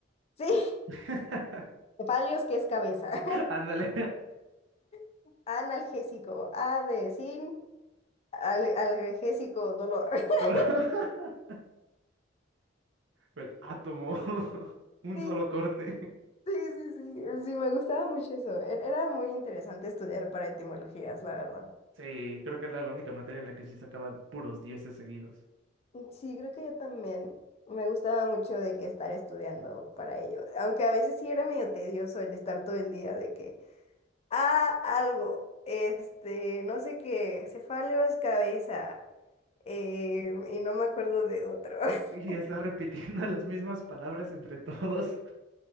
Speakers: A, on the left (about 35°); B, on the right (about 75°).
A: sí, <laughs>
B: <laughs>
A: cefalios, que es cabeza.
B: Ándale.
A: <laughs> Analgésico, A de sin, al- analgésico, dolor. <laughs>
B: <laughs> Dolor. <laughs> El átomo. <laughs> Un
A: Sí,
B: solo corte.
A: sí, sí, sí, sí, me gustaba mucho eso. Er- Era muy interesante estudiar para etimologías, la verdad.
B: Sí, creo que era la única materia en la que sí sacaba puros dieces seguidos.
A: Sí, creo que yo también. Me gustaba mucho de que estar estudiando para ello. Aunque a veces sí era medio tedioso el estar todo el día de que, ah, algo, este, no sé qué, cefaleos, cabeza. Eh, y no me acuerdo de otro. <laughs>
B: Y está repitiendo <laughs> las mismas palabras entre todos.